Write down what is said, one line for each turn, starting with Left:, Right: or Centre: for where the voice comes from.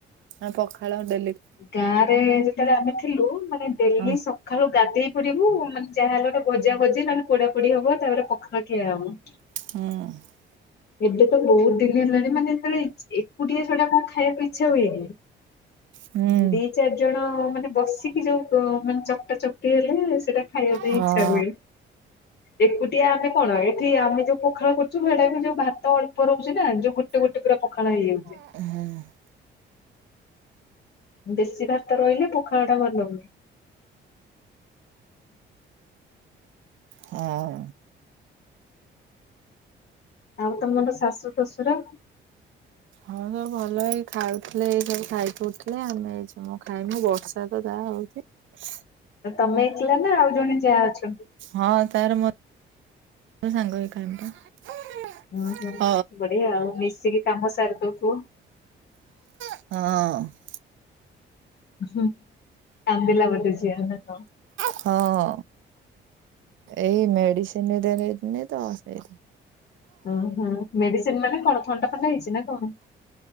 Right: ହଁ ପଖାଳ ହଣ୍ଡେ
Left: ଗାଁରେ ଯେତେଳେ ଆମେ ଥିଲୁ ମାନେ ଡେଲି
Right: ହଁ
Left: ସ ଖାଳୁ ଗାଧେଇ ପଡ଼ିବୁ ମାନେ ଯାହା ହେଲେ ଗୋଟେ ଭଜା ଭଜି ନହନେ ପୋଡ଼ା ପୋଡ଼ି ହବ ତାପରେ ପଖାଳ ଖିଆ ହବ।
Right: ହୁଁ।
Left: ଏବେ ତ ବହୁତ ଦିନ ହେଲାଣି ମାନେ ହେତେଳେ ଏ କୁଟିଆ ସେଡ଼ା କଁ ଖାଇବାକୁ ଇଚ୍ଛା ହୁଏ କି?
Right: ହୁଁ
Left: ଦି ଚାର ଜଣ ମାନେ ବସିକି ଯୋଉ ମାନେ ଚକଟା ଚକଟି ହେଲେ ସେଟା ଖାଇବା ପାଇଁ
Right: ହଁ
Left: ଇଚ୍ଛା ହୁଏ। ଏକୁଟିଆ ଆମେ କଣ ଏଠି ଆମେ ଯୋଉ ପୋଖାଳ କରୁଚୁ ହେଡ଼ା ବି ଯୋଉ ଭାତ ଅଳ୍ପ ରହୁଚି ନା ଯୋଉ ଗୋଟେ ଗୋଟେ ପୁରା ପଖାଳ ହେଇଯାଉଚି।
Right: ହୁଁ।
Left: ବେଶୀ ଭାତ ରହିଲେ ପଖାଳଟା ଭଲ ହୁଏ।
Right: ହଁ।
Left: ଆଉ ତମର ଶାଶୁ ଶ୍ୱଶୁର?
Right: ହଁ ସବୁ ଭଲ। ଏଇ ଖାଉଥୁଲେ ଏଇ ସବୁ ଖାଇକି ଉଠିଲେ। ଆମେ ଏଇ ଯିମୁ ଖାଇମୁ ବର୍ଷା ତ ଯାହା ହଉଚି। ଆଛା
Left: ଅ ତମେ ଏକଲା ନା ଆଉ ଜଣେ ଯାଆ ଅଛନ୍ତି?
Right: ହଁ ତାର ମୋ ଓ ସାଙ୍ଗ ହେଇ ଖାଇମୁ ପା।
Left: ଉଁ ହୁଁ
Right: ହ
Left: ବଢ଼ିଆ ଆଉ ମିଶିକି କାମ ସାରି ଦଉଥୁବ।
Right: ହଁ।
Left: ହୁଁ କାନ୍ଦିଲା ବୋଧେ ଝିଅ ନାଁ କଣ?
Right: ହଁ ଏଇ ମେଡ଼ିସିନ୍ ଦେନିନି ତ ସେଇ
Left: ଓହୋ ମେଡ଼ିସିନ୍ ମାନେ କଣ ଥଣ୍ଡା ଫଣ୍ଡା ହେଇଚି ନା କଣ?